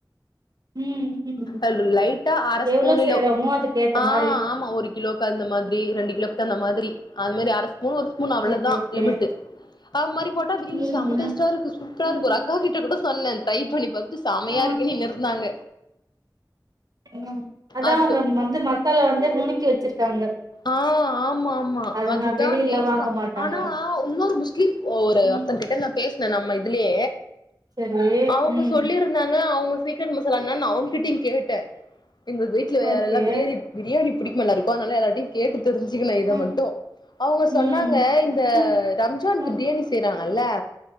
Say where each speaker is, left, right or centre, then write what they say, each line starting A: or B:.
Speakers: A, on the right; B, on the left.
A: ம் ம்
B: அதுல லைட்டா அர ஸ்பூனு
A: எவ்ளோ
B: இல்ல
A: செய்றோமோ அதுக்கு ஏத்த
B: ஆ
A: மாரி
B: ஆமா ஒரு கிலோக்கு அந்த மாத்ரி ரெண்டு கிலோக்கு அந்த மாத்ரி அது மாரி அர மூனு ஒரு ஸ்பூனு அவ்ளதா
A: ஓகே ஓகே
B: லிமட்டு அ மாரி போட்டா பிரியாணி
A: ம்
B: செம
A: ம்
B: டேஸ்டா இருக்கு சூப்பரா இருக்கு
A: ம்
B: ஒரு அக்கா கிட்ட கூட சொன்னே ட்ரை பண்ணி பாத்துட்டு செமையா
A: ஆ
B: இருக்குன்னு இருந்தாங்க
A: ம் அதா
B: அதுக்கு
A: அவுங்க வந்து மசாலா வந்து நுணுக்கி வச்சிருக்காங்க
B: ஆ ஆமா ஆமா
A: அத
B: அதுதா
A: நா வெளியல்லா
B: டேஸ்டா
A: வாங்க மாட்டாங்க
B: ஆனா உன்னொரு முஸ்லீம் ஒரு
A: ம்
B: ஒர்த்தன் கிட்ட பேஸ்ன நம்ம இதுலே
A: சரி
B: அவுங்க
A: ம்
B: சொல்லி இருக் என்னங்க அவுங்க சீக்ரட் மசாலா என்னன் அவுங் கிட்டயு கேட்டே எங்க வீட்ல வேற
A: ஓகே
B: எல்லா பிரியாணி பிரியாணி பிடிக்குமா எல்லாருக்கு அனால எல்லார்கிட்டயு கேட்டு தெரிஞ்சுக்கணு இத
A: ம்
B: மட்டு அவுங்க சொன்னாங்க
A: ம் ம்
B: இந்த
A: ம்
B: ரம்ஜான்க்கு
A: ம்.
B: பிரியாணி செய்றா நல்ல